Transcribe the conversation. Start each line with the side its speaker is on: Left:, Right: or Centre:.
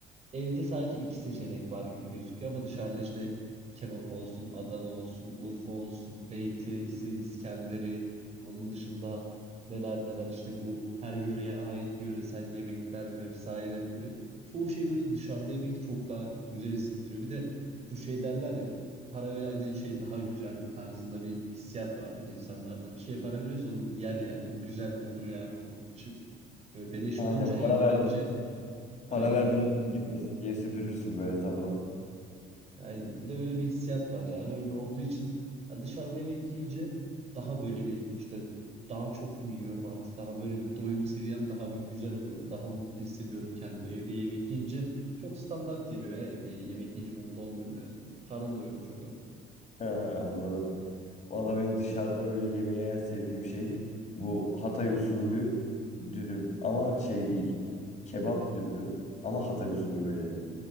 Right: evde sadece iki seçenek var gibi gözüküyor ama dışarıda işte kebap olsun, Adana olsun, Urfa olsun, Beyti'si, İskender'i, onun dışında neler neler işte bu her yöreye ait yöresel yemekler vesaire böyle çoğu şey böyle dışarıda yemek çok daha güzel hissettiriyor. Bir de bu şey derler ya para verdiğin şey daha güzel tarzında bir hissiyat vardır insanlarda. Bir şeye para veriyorsa onu yer yani. O güzel olur yani onun için. Böyle beleş
Left: Aynen
Right: olunca
Left: para
Right: evde
Left: verdim.
Right: yiyince Aynen
Left: Para verdim
Right: öyle oldu.
Left: gitmesin diye süpürürsün böyle tabağı.
Right: Aynen. Bir de öyle bir hissiyat var yani öyle olduğu için ya dışarıda yemek yiyince daha böyle bir işte daha çok mu yiyorum artık daha böyle bir doyum seviyem daha bir güzel oluyor. Böyle Daha mutlu hissediyorum kendimi. Evde yemek yiyince çok standart geliyor ya evde yemek yiyince mutlu olmuyorum yani. Karnım doyurmuş oluyor.
Left: Ha, anladım. Valla benim dışarıda böyle yemeği en sevdiğim şey bu Hatay usulü dürüm. Ama şey değil. Kebap dürüm ama Hatay usulü böyle.